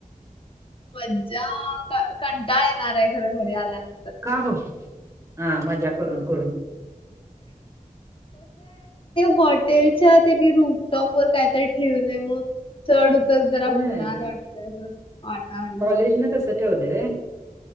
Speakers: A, on the left; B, on the right.
A: मज्जा, कंटाळ येणार आहे, खर घरी आल्यानंतर.
B: का गं आ.. मजाक. करून
A: होय.
B: करून.
A: हॉटेल. अच्छा, त्यांनी रूपटॉप वर कायतरी ठेवले मग. चढउतर जरा
B: होय
A: होणार वाटतं अस वाटाले.
B: <unintelligible> ते होते काय.